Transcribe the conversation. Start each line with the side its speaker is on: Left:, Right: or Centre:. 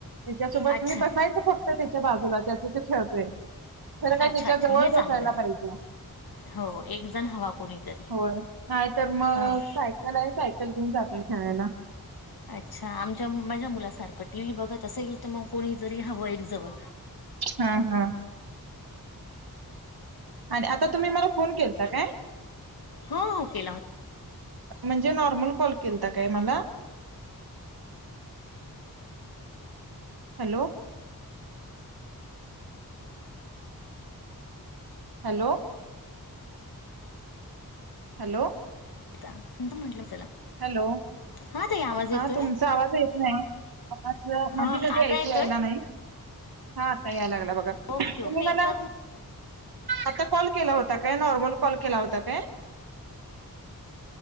Right: त्याच्यासोबत
Left: अच्छा
Right: मी बसायच फक्त त्याच्या बाजूला त्याच त खेळतोय खरं काय
Left: अच्छा
Right: त्याच्या
Left: अच्छा
Right: जवळ
Left: हे चांगलं
Right: बसायला पाहिजे
Left: हो एक जण हवा कोणीतरी
Right: होय नाही तर मग
Left: हां
Right: सायकल आहे सायकल घेऊन जातोय खेळायला
Left: अच्छा आमच्या माझ्या मुलासारखं टीव्ही बघत त येईल तर मग कोणी जरी हवं एकजवळ
Right: हा हा आणि आता तुम्ही मला फोन केलता काय
Left: हो हो केला हो
Right: म्हणजे नॉर्मल कॉल केलता काय मला हॅलो हॅलो हॅलो
Left: हो त म्हंटलं चला
Right: हॅलो
Left: हा ताई आवाज
Right: हा
Left: येतोय
Right: तुमचा आवाज येत नाही आवाज
Left: हा
Right: मधी मध्ये
Left: आता
Right: ऐकू
Left: येतोय
Right: यायला नाही हा आता याय लागला बघा
Left: ओके
Right: तुम्ही
Left: ओके नेटवर्क
Right: मला आता कॉल केला होता काय नॉर्मल कॉल केला होता काय